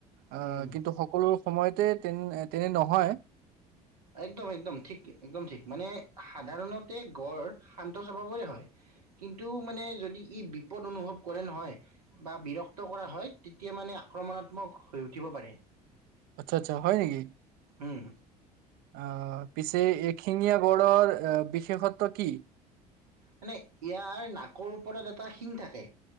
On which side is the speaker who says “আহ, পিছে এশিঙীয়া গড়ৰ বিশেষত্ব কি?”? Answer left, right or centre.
Right